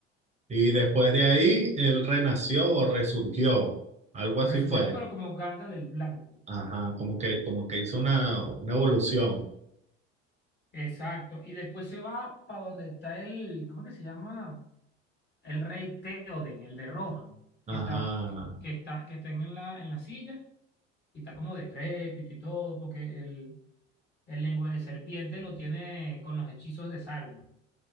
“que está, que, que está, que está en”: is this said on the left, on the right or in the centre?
Left